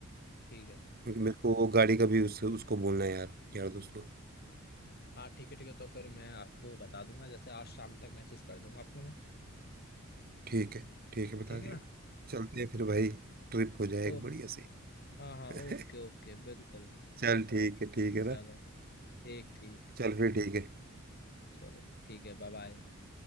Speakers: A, on the left (about 50°); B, on the right (about 45°).
A: ठीक है
B: क्योंकि मेरे को वो गाड़ी का भी उस, उसको बोलना है यार यार दोस्त को
A: हाँ ठीक है ठीक है तो फिर मैं आपको बता दूंगा जैसे आज शाम तक मैसेज कर दूंगा आपको मैं
B: ठीक है ठीक है बता
A: ठीक
B: दियो
A: है ना
B: चलते हैं फिर भाई ट्रिप हो जाए
A: ओके।
B: एक बढ़िया सी
A: हाँ हाँ
B: <laughs>
A: ओके ओके बिल्कुल
B: चल ठीक है ठीक है
A: चलो
B: ना
A: ठीक ठीक
B: चल फिर ठीक है
A: चलो ठीक है बाय बाय